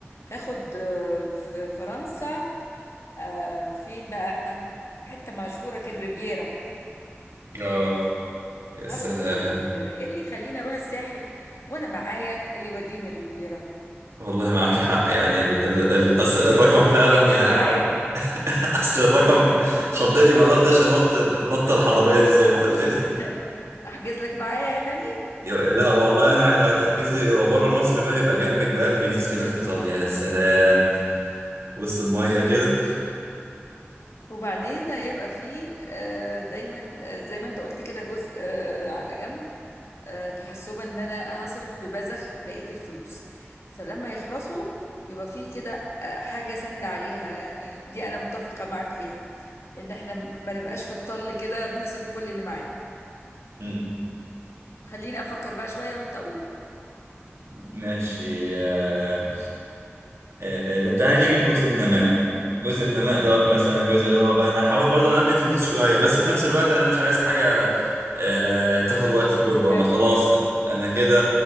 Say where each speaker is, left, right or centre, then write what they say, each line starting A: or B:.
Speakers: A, on the left; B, on the right.
A: هاخد آه، في فرنسا آه، فين بقى حتة مشهورة كده ريفيرا
B: ال- اه يا سلام
A: هاخده في الريفيرا إيه اللي يخليني اروح الساحل وانا معايا إيه اللي يوديني الريفيرا
B: والله معاك حق يعني ال ال ال أصل الرقم فعلا
A: احجز لك
B: يعني
A: معايا
B: انا ما- <laughs> اصل الرقم خضني ما قدرتش انط النطه
A: آه،
B: الحضاريه
A: مش
B: دي زي ما قلت لي
A: <laughs> احجز لك معايا يعني
B: <laughs> يو- لا والله انا عايز لو تحجزي لو بره مصر بقى يبقى جنبك بقى في فينيس
A: مش
B: كده في ايطاليا
A: <laughs>
B: يا سلام وسط الميه كده
A: وبعدين هيبقى فيه آه، دايما آه، زي ما انت قلت كده جزء آه، على جنب آه، تحسبا ان انا هصرف ببذخ بقية الفلوس فلما يخلصوا يبقى فيه كده آه، حاجة سند عليها يعني دي انا متفقة معاك فيها ان احنا ما نبقاش في الطل كده بنصرف كل اللي معانا
B: مم.
A: خليني افكر بقى شوية وانت اقول
B: ماشي آه. آه، طب تعالى نيجي لجزء النماء جزء النماء دوت مثلا الجزء اللي هو بقى انا هحاول برضه انمي الفلوس شويه بس في نفس الوقت انا مش عايز حاجه آه، تاخد وقتي كله
A: تتعبك
B: انا خلاص انا كده